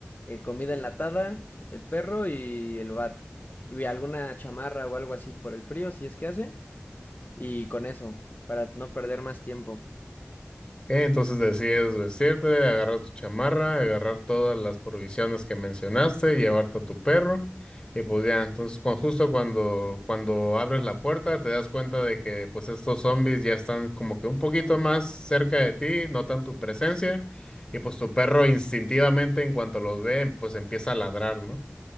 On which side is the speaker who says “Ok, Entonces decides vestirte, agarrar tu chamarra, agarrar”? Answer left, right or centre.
Left